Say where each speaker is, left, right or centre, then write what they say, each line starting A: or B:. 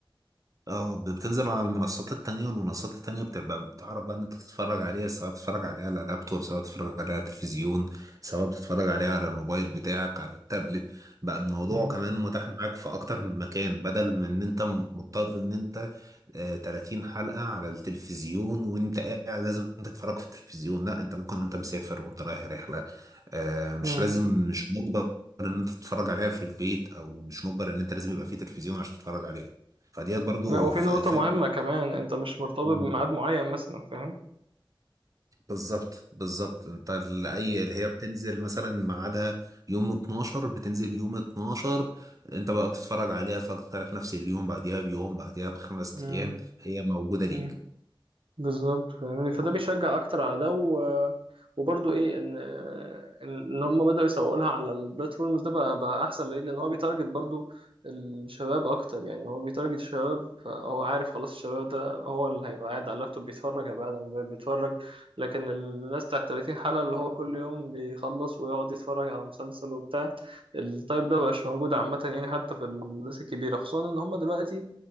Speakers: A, on the right; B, on the right.
A: اه بتنزل على المنصات التانية والمنصات التانية بتبقى بتعرف بقى ان انت تتفرج عليها سواء بتتفرج عليها على لابتوب سواء بتتفرج عليها على تلفزيون سواء بتتفرج عليها على الموبايل بتاعك على التابلت بقى الموضوع
B: مم.
A: كمان متاح معاك في اكتر من مكان بدل من ان انت مضطر ان انت آه، 30 حلقة على التلفزيون وانت قاعد لازم تتفرج في التلفزيون لا انت ممكن وانت مسافر وانت رايح رحلة آه، مش
B: مم.
A: لازم مش مجبر ان انت تتفرج عليها في البيت او مش مجبر ان انت لازم يبقى في تلفزيون عشان تتفرج عليها فديت برضو
B: لا وفي
A: ف-
B: نقطة
A: فارق
B: مهمة كمان انت مش مرتبط
A: مم.
B: بميعاد معين مثلا فاهم
A: بالظبط بالظبط انت ال- اي اللي هي بتنزل مثلا ميعادها يوم 12 بتنزل يوم 12 انت بقى بتتفرج عليها فاكتر في نفس اليوم بعديها بيوم بعديها بخمس
B: مم.
A: ايام هي موجودة ليك
B: مم. بالظبط يعني فده بيشجع اكتر على ده و... وبرضه ايه ان ان إن هم بداوا يسوقوا لها على البلاتفورمز ده بقى, بقى احسن ليه لان هو بيتارجت برضه الشباب اكتر يعني هو بيتارجت الشباب فهو عارف خلاص الشباب ده هو اللي هيبقى قاعد على اللابتوب بيتفرج هيبقى قاعد على الموبايل بيتفرج لكن الناس بتاع 30 حلقة اللي هو كل يوم بيخلص ويقعد يتفرج على مسلسل وبتاع التايب ده مبقاش موجود عامة يعني حتى في الناس الكبيرة خصوصا ان هم دلوقتي